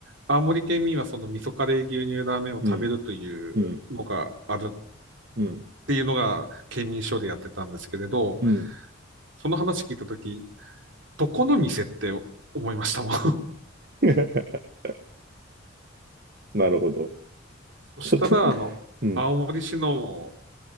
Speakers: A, on the right (about 70°); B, on the right (about 50°).
A: 青森県民はその味噌カレー牛乳ラーメンを食べるというのがあるっ
B: うん、うん、うん、
A: ていうのが県民省でやってたんですけれど、
B: うん。
A: その話聞いたとき、どこの店って思いましたもん。
B: <laughs> なるほど。
A: <laughs> そしたら、
B: ちょっと、
A: あの、
B: うん、
A: 青森市の